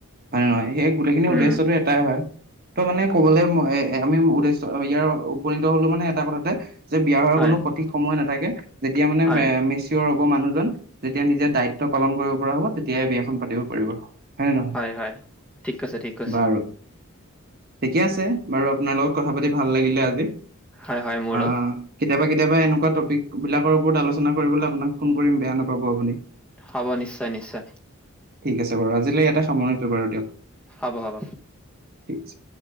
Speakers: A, on the right; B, in the centre.
A: হয়নে নহয়। সেই গোটেইখিনি
B: উম
A: উদ্দেশ্যটো, একেতাই হয় ত মানে ক'বলৈ আমি উদ্দেশ্য ইয়াৰ উপনীত হলো মানে এটা কথাতে, যে বিয়া হোৱাৰ
B: হয়
A: কোনো সঠিক সময় নাথাকে। যেতিয়া মানে
B: হয়
A: মেচ- -অৰ হ'ব মানুহজন যেতিয়া নিজে দায়িত্ব পালন কৰিব পৰা হ'ব, তেতিয়াই বিয়াখন পাতিব পাৰিব। হয়নে নহয়?
B: হয় হয়। ঠিক কৈছে ঠিক। কৈছে
A: বাৰু। ঠিকে আছে বাৰু আপোনাৰ লগত কথা পাতি ভাল লাগিলে আজি।
B: হয় হয় মোৰো।
A: আহ কেতিয়াবা কেতিয়াবা এনেকুৱা টপিক বিলাকৰ ওপৰত আলোচনা কৰিবলৈ আপোনাক ফোন কৰিম বেয়া নাপাব আপুনি।
B: হ'ব, নিশ্চয় নিশ্চয়।
A: ঠিক আছে বাৰু, আজিলৈ ইয়াতে সামৰিছো বাৰু দিয়ক।
B: হ'ব হ'ব।
A: ঠিক আছে।